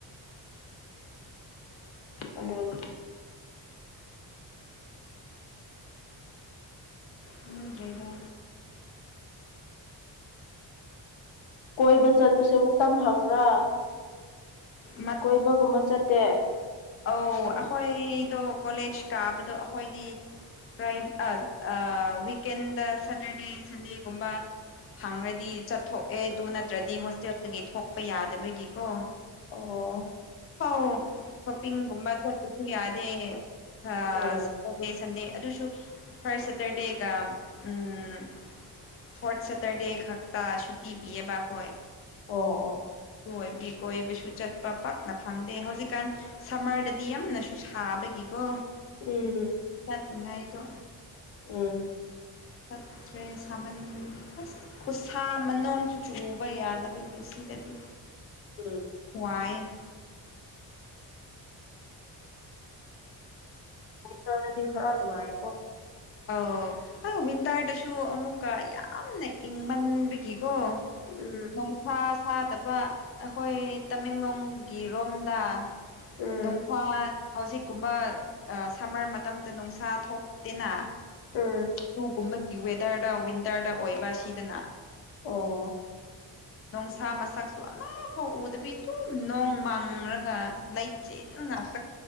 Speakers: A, on the left; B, on the left.
A: ꯑꯗꯨꯅꯤ꯫
B: ꯈꯪꯗ꯭ꯔꯦꯗ꯫
A: ꯀꯣꯏꯕ ꯆꯠꯄꯁꯦ ꯃꯇꯝ ꯍꯪꯕ꯭ꯔꯥ꯫
B: ꯃꯠ
A: ꯀꯣꯏꯕꯒꯨꯝꯕ ꯆꯠꯇꯦ꯫
B: ꯑꯧ ꯑꯩꯈꯣꯏꯗꯣ ꯀꯣꯂꯦꯖ ꯀꯥꯕꯗꯣ ꯑꯩꯈꯣꯏꯗꯤ ꯐ꯭ꯔꯥꯏ ꯑ ꯑꯥ ꯋꯤꯀꯦꯟꯗ ꯁꯦꯇꯔꯗꯦ ꯁꯟꯗꯦꯒꯨꯝꯕꯥ ꯐꯪꯔꯗꯤ ꯆꯠꯊꯣꯛꯑꯦ ꯑꯗꯨ ꯅꯠꯇ꯭ꯔꯗꯤ ꯍꯣꯁꯇꯦꯜꯗꯒꯤ ꯊꯣꯛꯄ ꯌꯥꯗꯕꯒꯤꯀꯣ꯫
A: ꯑꯣ꯫
B: ꯍꯣ ꯋꯀꯤꯡꯒꯨꯝꯕ ꯆꯞꯄꯁꯨ ꯌꯥꯗꯦ ꯑꯥ
A: ꯎꯝ
B: ꯁꯇꯔꯗꯦ ꯁꯟꯗꯦ ꯑꯗꯨꯁꯨ ꯐꯥꯔꯁ ꯁꯦꯇꯔꯗꯦꯒ ꯎꯝ ꯐꯣꯔꯠ ꯁꯦꯇꯔꯗꯦ ꯈꯛꯇ ꯁꯨꯇꯤ ꯄꯤꯑꯕ ꯍꯣꯏ
A: ꯑꯣ ꯑꯣ
B: ꯀꯣꯏꯕꯤ ꯀꯣꯏꯕꯁꯨ ꯆꯠꯄ ꯄ ꯅ ꯐꯪꯗꯦ ꯍꯧꯖꯤꯛꯀꯥꯟ ꯁꯝꯃꯔꯗꯗꯤ ꯌꯥꯝꯅꯁꯨ ꯁꯥꯕꯒꯤꯀꯣ
A: ꯎꯝ
B: ꯆꯅꯏꯗꯣ
A: ꯎꯝ
B: ꯐꯠꯇ꯭ꯔꯦ ꯁꯥꯃꯟ ꯑꯁ ꯈꯨꯠꯁꯥ ꯃꯅꯨꯡꯁꯨ ꯆꯨꯎꯕ ꯌꯥꯗꯕꯒꯤ ꯁꯤ ꯗꯤ
A: ꯎꯝ
B: ꯋꯥꯅꯨꯡ
A: ꯎꯟꯅ ꯅ ꯈꯔꯅꯅꯨꯡ ꯃꯥꯥꯏꯀ
B: ꯑ ꯍ ꯋꯤꯟꯇꯔꯗꯁꯨ ꯑꯃꯨꯛꯀ ꯌꯥꯝꯅ ꯏꯪꯃꯟꯕꯒꯤꯀꯣ
A: ꯎꯝ
B: ꯣꯡꯁꯥ ꯁꯥꯗꯕ ꯑꯩꯈꯣꯏ ꯇꯃꯦꯡꯂꯣꯡꯒꯤ ꯔꯣꯝꯗ
A: ꯎꯝ
B: ꯅꯨꯡꯐꯥ ꯍꯧꯖꯤꯛ ꯀꯒꯨꯝꯕ ꯁꯝꯃꯔ ꯃꯇꯝꯗ ꯅꯨꯡꯁꯥ ꯊꯣꯛꯇꯦꯅ
A: ꯎꯝ
B: ꯍꯨꯒꯨꯝꯕꯒꯤ ꯋꯦꯗꯔꯗ ꯋꯤꯟꯇꯔꯗ ꯑꯣꯏꯕ ꯁꯤꯗꯅ
A: ꯑꯣ
B: ꯃꯅꯨꯡꯁꯥ ꯃꯁꯛꯁꯨ ꯑꯃꯐꯥꯎ ꯎꯗꯕꯤ ꯑꯗꯨꯝ ꯅꯣꯡ ꯃꯥꯡꯔꯒ ꯂꯩꯆꯦꯅ ꯉꯥꯛꯇ